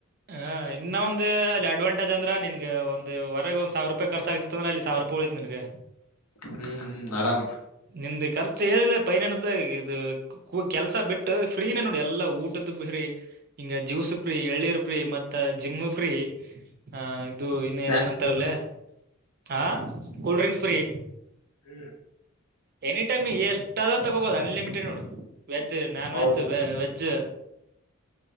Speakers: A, on the right; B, on the left.
A: ಹಾ ಇನ್ನ ಒಂದು ಅಡ್ವಾಂಟಜ್ ಅಂದ್ರೆ ನಿನ್ಗೆ ಒಂದುರೆಗೆ ಒಂದು ಸಾವಿರ ರೂಪಾಯಿ ಖರ್ಚ ಆಗತಿತ್ತ ಅಂದ್ರ ಅಲ್ಲಿ ಸಾವಿರ ರೂಪಾಯಿ ಉಳಿತ ನೀನ್ ಗ
B: ಹುಂ ಹುಂ ಆರಾಮ್
A: ನಿಮ್ದು ಖರ್ಚ ಏರಿಲ್ಲ ಫೈನಾನ್ಸ್ ದಾಗ ಇದು ಕೂ ಕೆಲ್ಸ ಬಿಟ್ಟು ಫ್ರೀನ ನೋಡಿ ಎಲ್ಲಾ ಊಟದ ಪ್ರಿ ಹಿಂಗ ಜ್ಯೂಸ ಪ್ರಿ ಎಳ್ಳಿರ್ ಫ್ರೀ ಮತ್ತ ಜಿಮ್ಮು ಫ್ರೀ ಆ ಇದು ಇನ್ನ
B: ಸ್ನಾಕ್ಸ್.
A: ಏನೆನ್ಂತಾರಲ್ಲೇ ಹಾ ಕೂಲ್ ಡ್ರಿಂಕ್ಸ್ ಫ್ರೀ
B: ಹ್ಮ್
A: ಎನಿ ಟೈಮ್ ಎಷ್ಟಾದ ತಗೋಬಹುದು ಅನ್ ಲಿಮಿಟೆಡ್ ನೋಡು ವೆಜ್ಜ್ ನಾನ್
B: ಹೌದು
A: ವೆಜ್ಜ್ ವೆಜ್ಜ್